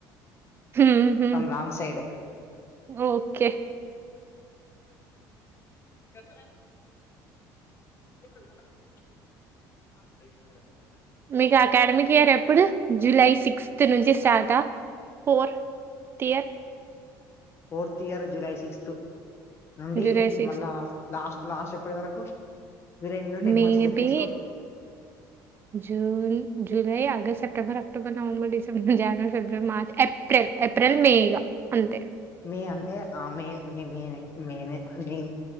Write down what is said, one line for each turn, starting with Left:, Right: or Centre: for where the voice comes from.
Right: హుహూ
Left: ఫ్రమ్ లాంగ్ సైడ్
Right: ఓకే
Left: చెప్పుధాం <unintelligible>
Right: మీకు అకాడమిక్ ఇయర్ ఎప్పుడు జులై సిక్స్త్ నుంచి స్టార్టా fourth year
Left: fourth year July sixth నుండి
Right: జూలై సిక్స్త్
Left: మళ్ళా లాస్ట్ లాస్ట్ ఎప్పటి వరకు జూలై నుండి టెన్
Right: మేబీ
Left: మంత్స్ లెక్క ఏసుకో
Right: June, July, August, September, October, November, December, January, February, March, ఏప్రి Pril April, May ఇగా అంతే
Left: మీ అంటే ఆమె మీ మేనే మేనే నేను